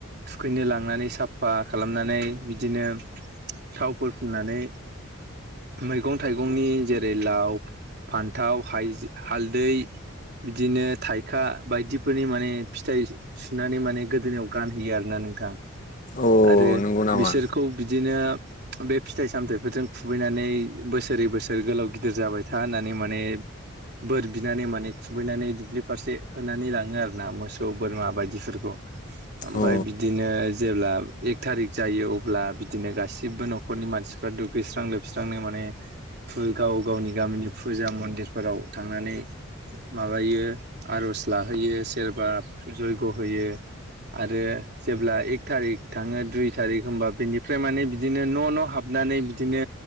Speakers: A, on the right; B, on the left.
A: थुखैनो लांनानै साफा खालामनानै बिदिनो थाव फोर फुननानै मैगं थाइगंनि जेरै लाव फान्थाव हालदै बिदिनो थाइखा बायदिफोरनि माने फिथाइ सुनानै माने गोदोनिायाव गानहोयो आरोना नोंथां
B: औ
A: आरो
B: नंगौ नामा
A: बिसोरखौ बिदिनो बे फिथाइ सामथायाइफोरजों खुबैनानै बोसोरै बोसोर गोलाव गिदिर जाबाय था होननानै माने बोर बिनानै माने खुबैनानै दुब्लि फारसे होनानै लाङो आरो ना मोसौ बोरमा बायदिफोरखौ ओमफ्राय
B: अ
A: बिदिनो जेब्ला एक थारिक जायो अब्ला बिदिनो गासिबो नखर नखरनि मानसिफ्रा दुगैस्रां लोबस्रांनो माने गाव गावनि गामिनि फुजा मन्दिरफोराव थांनानै माबायो आर'ज लाहोयो सोरबा जयग' होयो आरो जेब्ला एक थारिक थाङो दुइ थारिख होमबा बिनिफ्राय माने बिदिनो न' न' हाबनानै बिदिनो